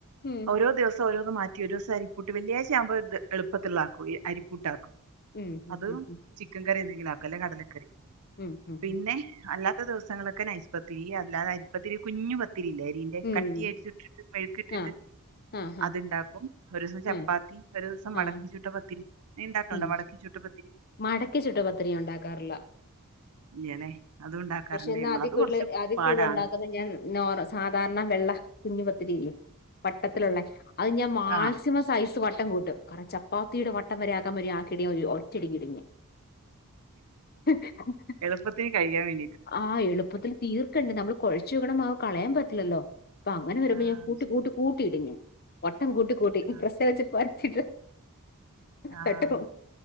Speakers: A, on the left; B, on the right.
A: ഉം
B: ഓരോ ദിവസം ഓരോന്ന് മാറ്റി റ്റി ഒരു ദിവസം അരിപ്പുട്ട് വെള്ളിയാഴ്ച ആവുമ്പോ ത് എളുപ്പത്തിലുള്ളാക്കുടി അരിപ്പുട്ടാക്കും.
A: ഉം ഉം
B: അത്
A: ഉം
B: ചി ക്കൻ കറിയെന്തെങ്കിലും ആക്കും അല്ലെങ്കി കടലക്കറി.
A: ഉം ഉം
B: പിന്നെ
A: ഉം
B: അല്ലാത്ത ദിവസങ്ങളൊക്കെ നൈസ്പത്തിരി അല്ലാതെ അരിപ്പത്തിരി കുഞ്ഞു പത്തിരിയില്ലെ? ന്റെ
A: ഉം
B: കട്ടിയായിട്ടിട്ടിട്ട് മെഴുക്ക് ഇട്ടിട്ട്
A: ആഹ് ആഹ് ആഹ്
B: അത്ണ്ടാക്കും ഒരു ദിവസം ചപ്പാത്തി
A: ആഹ്
B: ഒരു ദിവസം മടക്കി
A: ആഹ്
B: ചുട്ട പത്തിരി നീ ഉണ്ടാക്കല്ണ്ട
A: ഉം
B: മടക്കി ചുട്ട പത്തിരി?
A: മടക്കി ചുട്ട പത്തിരി ഒണ്ടാക്കാറില്ല.
B: ഇങ്ങനെ അത് ഉണ്ടാക്കാറുണ്ട്
A: പക്ഷെ എന്നാ
B: ഞങ്ങളത്
A: അതി കൂടുതൽ
B: കൊറച്ച്
A: അതി
B: പാടാണ്.
A: കൂടുതൽ ഉണ്ടാക്കുന്നത് ഞാൻ നോ സാധാരണ വെള്ള കുഞ്ഞു പത്തിരില്ലെ? വട്ടത്തിലുള്ള അത് ഞാൻ മാ
B: ആ
A: ക്സിമം സൈസ് വട്ടം കൂട്ടും. കാരണം ചപ്പാത്തിയുടെ വട്ടം വരെയാക്കാൻ വരും ആക്കീട്ട് ഒരു ഒറ്റയടിക്ക് ഇടും ഞാൻ. <unintelligible>
B: ചപ്പാത്തിയായി കയിക്കാൻ വേണ്ടി
A: ആഹ് എളുപ്പത്തില് തീ ണ്ട് നമ്മള് കൊഴച്ചുവെക്കണ മാവ് കളയാൻ പറ്റില്ലല്ലോ. അപ്പൊ അങ്ങനെ വരുമ്പോ
B: ആ
A: ഞാൻ കൂട്ടിക്കൂട്ടി
B: ശരി
A: കൂട്ടിയിടും ഞാൻ വട്ടം കൂട്ടി കൂട്ടി
B: ആ
A: പ്രസ്സില് വെച്ച് പരത്തിട്ട്
B: ആ
A: തട്ട് വെക്കും.